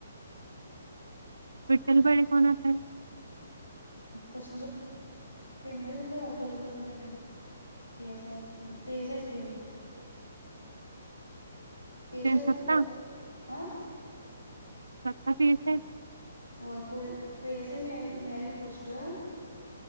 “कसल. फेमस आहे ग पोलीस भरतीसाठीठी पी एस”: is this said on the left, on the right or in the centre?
Left